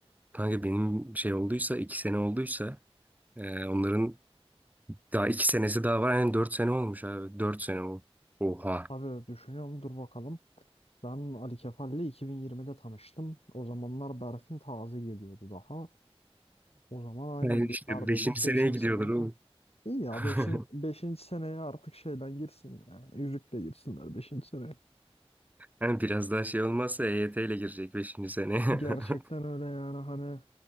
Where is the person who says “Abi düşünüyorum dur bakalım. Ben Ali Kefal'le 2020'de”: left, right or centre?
Left